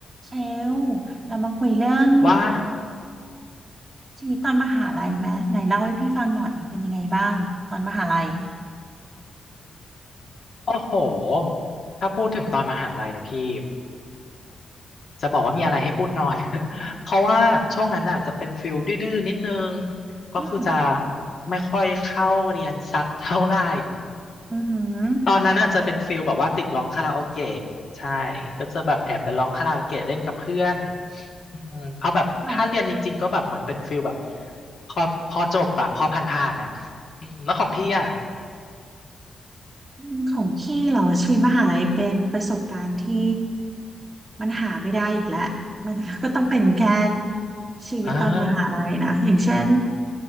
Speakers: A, on the right (about 25°); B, on the left (about 55°).
A: เชลเรามาคุยเรื่อง
B: ว่า
A: ชีวิตตอนมหาลัยไหมไหนเล่าให้พี่ฟังหน่อยเป็นยังไงบ้างตอนมหาลัย
B: โอ้โหถ้าพูดถึงตอนมหาลัยนะพี่จะบอกว่ามีอะไรให้พูดน้อย <laughs> เพราะว่าช่วงนั้นน่ะจะเป็นฟิลดื้อๆนิดนึง ก็คือจะ
A: อืม
B: ไม่ค่อยเข้าเรียนสักเท่าไหร่
A: อือหือ
B: ตอนนั้นน่ะจะเป็นฟิลแบบว่าติดร้องคาราโอเกะใช่ ก็จะแบบแอบไปร้องคาราโอเกะเล่นกับเพื่อนอืมเอาแบบถ้าเรียนจริงๆก็แบบเหมือนเป็นฟิลแบบ
A: หมาย
B: พอพอจบอะพอผ่านๆอะอืมแล้วของพี่อะ
A: อืมของพี่เหรอชีวิตมหาลัยเป็นประสบการณ์ที่มันหาไม่ได้อีกแล้วมันก็ต้องเป็นแค่ชีวิตตอนมหาลัยนะอย่างเช่น
B: อ่า